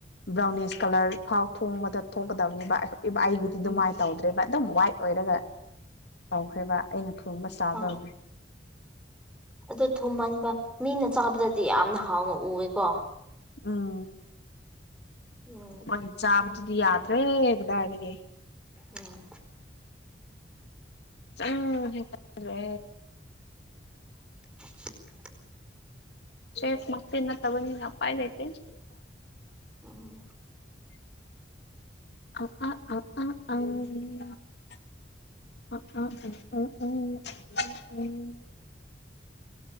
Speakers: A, on the left; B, in the centre.
A: ꯕ꯭ꯔꯥꯎꯅꯤꯁ ꯀꯂꯔ ꯐꯥꯎ ꯊꯣꯡꯕꯗ ꯊꯣꯛꯀꯗꯕꯅꯤ ꯄꯕ ꯑꯩꯒꯤꯗꯤ ꯑꯗꯨꯃꯥꯏꯅ
B: ꯎꯝ
A: ꯇꯧꯗ꯭ꯔꯦꯕ ꯑꯗꯨꯝ ꯋꯥꯏꯠ ꯑꯣꯏꯔꯒ ꯇꯧꯈ꯭ꯔꯦꯕ ꯑꯩꯅ ꯒꯨꯝꯕ ꯁꯗꯧꯒꯤ
B: ꯍꯪ ꯑꯗꯣ ꯊꯨꯝꯍꯟꯕ ꯃꯤꯅ ꯆꯥꯕꯗꯗꯤ ꯌꯥꯝꯅ ꯍꯥꯎꯅ ꯎꯑꯦꯀꯣ
A: ꯑꯥ
B: ꯎꯝ
A: ꯍꯣꯏ ꯆꯥꯕꯗꯨꯗꯤ ꯌꯥꯗ꯭ꯔꯦ ꯀꯗꯥꯏꯗꯒꯤ
B: ꯑꯣ
A: ꯑꯥ ꯍ꯭ꯔꯦ
B: <unintelligible>
A: ꯆꯦꯐ ꯃ ꯅ ꯇꯕꯅꯤ ꯅ ꯑꯄꯥꯏ ꯂꯩꯇ‌ꯦ
B: ꯎꯝ
A: ꯑ ꯑꯥ ꯑ ꯑꯥ ꯑꯥ ꯑ ꯑ ꯎꯝ ꯎꯝ ꯎꯝ